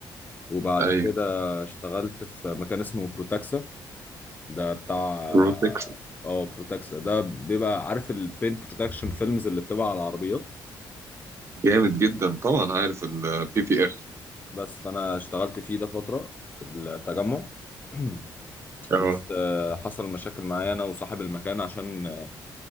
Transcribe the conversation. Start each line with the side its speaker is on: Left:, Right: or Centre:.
Left: وبعد
Right: ايوه
Left: كده اشتغلت في مكان اسمه بروتاكسا ده بتاع
Right: بروتكس
Left: اه بروتاكسا ده بيبقى عارف البينت بروتكشن فيلمز اللي بتبقى على العربيات
Right: جامد جدا طبعا عارف البي بي اف
Left: بس فانا اشتغلت فيه ده فتره في التجمع <clears throat>
Right: اه
Left: بس آه، حصل مشاكل معايا انا وصاحب المكان عشان آه،